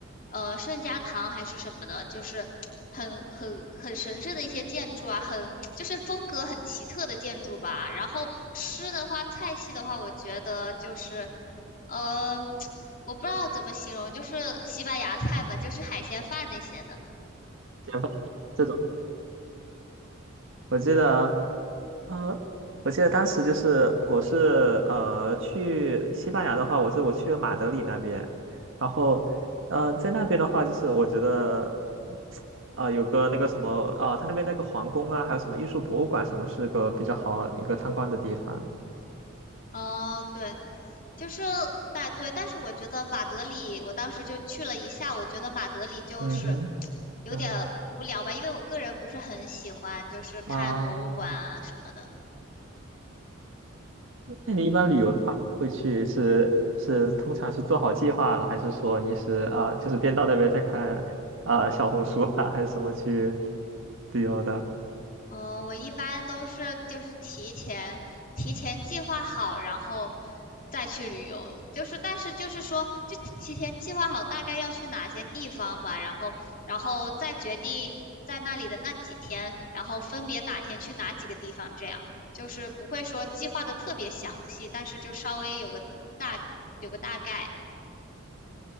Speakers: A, on the left (about 40°); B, on the right (about 65°).
A: 呃圣家堂还是什么的，就是很很很神圣的一些建筑啊，很就是风格很奇特的建筑吧。然后吃的话，菜系的话，我觉得就是呃。<tsk> 我不知道怎么形容，就是西班牙菜吧，就是海鲜饭那些的。
B: 简饭这种，我记得。呃，我记得当时就是我是呃去西班牙的话，我是我去了马德里那边，然后呃在那边的话，就是我觉得啊有个那个什么啊、他那边那个皇宫啊，还有什么艺术博物馆什么，是个比较好一个参观的地方。
A: 哦，对，就是但对，但是我觉得马德里，我当时就去了一下，我觉得马德里就是
B: 嗯哼，
A: 有点无聊吧，
B: 嗯
A: 因为我个人不是很喜欢，就是看博物馆啊什么的。
B: 啊，啊那你一般旅游的话，会去是是通常是做好计划了，还是说你是啊、就是边到那边再看啊、小红书啊，还是什么去旅游的？
A: 嗯，我一般都是就是提前提前计划好，然后再去旅游。就是但是就是说，就提前计划好大概要去哪些地方吧，然后然后再决定在那里的那几天，然后分别哪天去哪几个地方，这样就是不会说计划的特别详细，但是就稍微有个大有个大概。